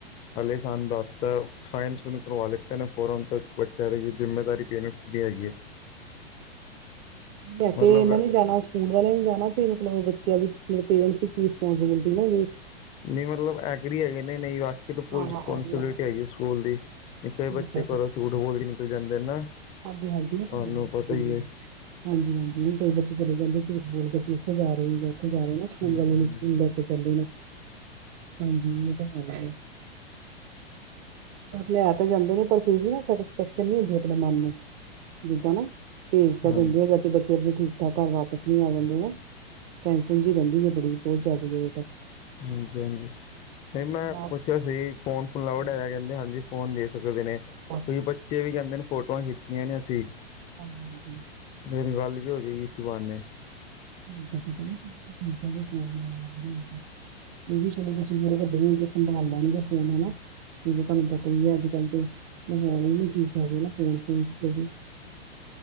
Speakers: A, on the left; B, on the right.
A: ਹਾਲੇ ਸਨ ਦਸ ਤਾਂ। ਸਾਇੰਸ ਵੀ ਨਹੀਂ ਕਰਵਾ ਲਿੱਤੇ ਨੇ ਫੋਮ ਤੋਂ ਬੱਚਿਆਂ ਦੇ ਜ਼ਿੰਮੇਦਾਰੀ ਪੈਰਂਸਟ ਦੀ ਹੈਗੀ ਹੈ।
B: ਬੈਠੇ,
A: ਮਤਲਬ
B: ਇਹਨਾਂ ਨੇ ਜਾਣਾ ਸਕੂਲ। ਸਕੂਲ ਵਾਲਿਆਂ ਨੂੰ ਜਾਣਾ ਮਤਲਬ ਬੱਚਿਆਂ ਦੀ ਪੈਰੇਂਸਟ ਦੀ ਕੀ ਰਿਸਪੁਸਬਿਲਟੀ ਏ।
A: ਨਹੀਂ ਮਤਲਬ ਐਗਰੀ ਹੈਗੇ ਨੇ ਨਹੀਂ। ਵਕ ਤਾਂ ਪੂਰੀ
B: ਹਾਂ
A: ਰਿਸਪੋਂਸੀਬਿਲਿਟੀ
B: ਇਹ ਵੀ ਹੈਗਾ।
A: ਹੈਗੀ ਸਕੂਲ ਦੀ। ਕਈ
B: ਠੀਕ
A: ਬੱਚੇ ਘਰੋਂ ਝੂਠ ਬੋਲ ਕੇ ਨਿਕਲ ਜਾਂਦੇ ਨਾ।
B: ਅੱਗੇ ਹਾਂਜੀ। ਹਾਂਜੀ
A: ਤੁਹਾਨੂੰ ਪਤਾ ਹੀ ਹੈ
B: -ਹਾਂਜੀ ਵੀ ਕਈ ਬੱਚੇ ਚਲੇ ਜਾਂਦੇ ਝੂਠ ਬੋਲ ਬੱਚੇ ਉੱਥੇ ਜਾ ਰਹੇ। ਉਥੇ ਜਾ ਰਹੇ ਨਾ ਸਕੂਲ
A: ਹਾਂਜੀ
B: ਵਾਲੇ ਨੂੰ ਸਕੂਲ ਲੈ ਕੇ ਚੱਲਦੇ ਨੇ। ਹਾਂਜੀ। ਹਉ-ਹਉ ਲੈ ਤਾਂ ਜਾਂਦੇ ਨੇ ਪਰ ਵੀ ਨਾ ਸੈਟਿਸਫੈਕਸ਼ਨ ਨ ਹੁੰਦੀ ਆਪਣੇ ਮਨ ਨੂੰ। ਜਿੱਦਾਂ ਨਾ ਭੇਜ ਤੇ
A: ਹਾਂਜੀ
B: ਦੰਦੇ ਆ ਜਾ ਬੱਚੇ ਠੀਕ ਤਾਂ ਘਰ ਵਾਪਸ ਨਹੀਂ ਆ ਜਾਂਦੇ ਆ। ਟੈਨਸ਼ਨ ਜਿ ਰਹਿੰਦੀ ਹੈ ਬੜੀ ਬਹੁਤ ਜ਼ਿਆਦਾ ਦੇ ਤੱਕ।
A: ਹਾਂਜੀ- ਹਾਂਜੀ ਨਹੀਂ, ਮੈਂ
B: ਨਾ
A: ਪੁੱਛਿਆ ਸੀ ਫੋਨ- ਫਨਲਾਊਡ
B: ਹਾਂਜੀ
A: ਹੈਇਆ। ਕਹਿੰਦੇ ਹਾਂਜੀ। ਫੋਨ ਦੇ ਸਕਦੇ ਨੇ।
B: ਇਹ
A: ਤੇ ਬੱਚੇ ਵੀ ਕਹਿੰਦੇ ਨੇ ਫੋਟੋਆਂ ਖਿੱਚਣੀਆਂ ਨੇ ਅਸੀਂ।
B: ਹਾਂਜੀ, ਹਾਂਜੀ।
A: ਮੇਰੀ ਗੱਲ ਵੀ ਹੋ ਜਏਗੀ ਇਸੀ ਬਾਣੇ
B: <inaudible> <inaudible> ਇਹ ਵੀ ਚਲੋ ਕੂਚ ਵਦੀਆ ਵੱਡਾ ਸੰਭਾਲ ਲੈਣਗੇ ਫੋਨ ਹਨਾਂ! <unintelligible> ਜ ਤੁਹਾਨੂੰ ਪਤਾ ਹੀ ਹੈ ਅੱਜ ਕੱਲ ਦੇ ਮਾਹੌਲ ਵੀ ਠੀਕ ਹੈਗੇ ਨਾ ਫੋਨ ਫੋਨ ਵੀ